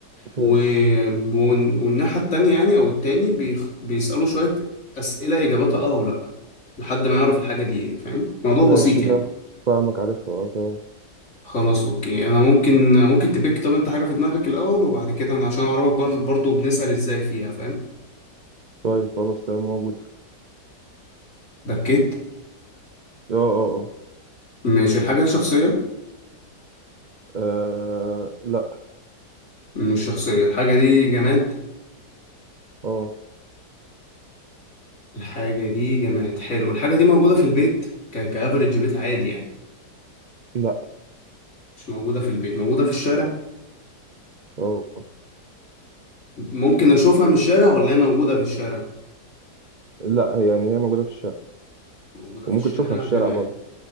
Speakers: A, on the left (about 40°); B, on the right (about 75°).
A: و...
B: ماشي
A: ون- والناحية التانية يعني أو التاني بيخ... بيسألوا شوية أسئلة إجاباتها آه ولأ لحد ما يعرف الحاجة دي إيه فاهم؟ موضوع
B: ماشي
A: بسيط يعني
B: فاهم فاهمك عارفها اه تمام
A: خلاص أوكي أنا ممكن ممكن تبيك طب أنت حاجة في دماغك الأول وبعد كده أنا عشان أعرفك بر... برضو بنسأل إزاي فيها فاهم؟
B: طيب خلاص تمام موجود
A: بكيت
B: اه اه
A: مش الحاجة دي شخصية
B: اه آه، لا
A: مش شخصية الحاجة دي جماد
B: اه
A: الحاجة دي جماد حلو الحاجة دي موجودة في البيت ك... كأفريج بيت عادي يعني
B: لا
A: مش موجودة في البيت موجودة في الشارع
B: اه اه.
A: ممكن أشوفها من الشارع ولا هي موجودة في الشارع؟
B: لا هي يعني هي موجودة في الشارع
A: موجودة
B: وممكن
A: في الشارع
B: تشوفها في الشارع
A: جمال
B: برضه